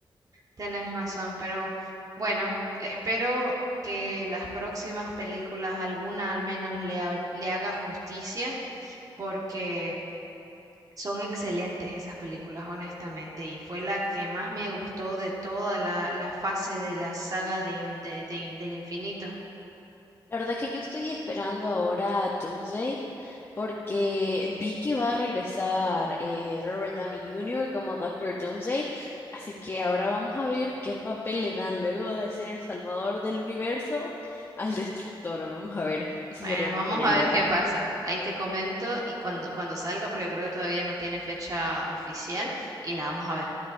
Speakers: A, on the right; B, on the left.
A: Tienes razón, pero bueno, espero que las próximas películas, alguna al menos le, ha- le haga justicia, porque Son excelentes esas películas, honestamente, y fue la que más me gustó de toda la, la fase de la saga de, in- de- de del infinito.
B: La verdad que yo estoy esperando ahora a Doomsday porque vi que va a regresar eh, Robert Downey Jr. como Doctor Doomsday, así que ahora vamos a ver qué papel le dan luego de ser el salvador del universo al destructor. Vamos a ver, eso
A: Bueno,
B: sería muy
A: vamos
B: genial
A: a ver
B: de ver.
A: qué pasa. Ahí te comento y cuando, cuando salga, porque creo que todavía no tiene fecha oficial, y la vamos a ver.